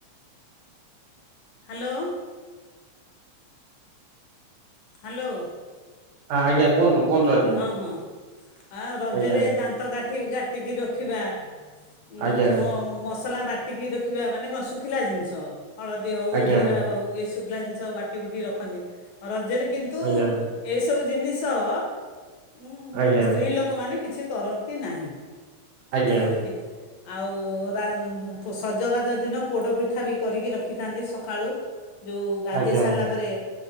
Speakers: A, on the left (about 75°); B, on the right (about 80°).
A: Hello. Hello.
B: ହଁ ଆଜ୍ଞା। କୁହନ୍ତୁ କୁହନ୍ତୁ ଆଜ୍ଞା।
A: ହଁ ହଁ ଆଉ ରଜରେ
B: ଆଜ୍ଞା
A: ଦାନ୍ତ କାଟ ଠିକି କାଟିକି ରଖିବା। ଉଁ
B: ଆଜ୍ଞା
A: ଆଉ ମସ ଲା ବାଟିକି ରଖିବା ମାନେ କଣ ଶୁଖିଲା ଜିନିଷ ହଳଦୀ ହଉ
B: ଆଜ୍ଞା
A: ଜୀରା ହଉ ଏସବୁ। ଲା ଜିନିଷ ବାଟିବୁଟିିକି ରଖନ୍ତି ଆଉ ରଜରେ କିନ୍ତୁଉଉ
B: ଆଜ୍ଞା
A: ଏଇ ସବୁ ଜିନିଷ୍ ଅଅ ଉଁ ଉଁ
B: ଆଜ୍ଞା ଆଜ୍ଞା
A: ସ୍ତ୍ରୀ ଲୋକମାନେ କି କିଛି କରନ୍ତି ନାହିଁ।
B: ଆଜ୍ଞା।
A: ଖାଲି ଆଉ ରା ପୋ ସଜବାଜ ଦିନ ପୋଡ଼ପିଠା ବି କରିକି ରଖିଥାନ୍ତି ସକାଳୁ। ଯୋଉ ଗାଧେଇ
B: ଆଜ୍ଞା
A: ସାରିଲା ପରେ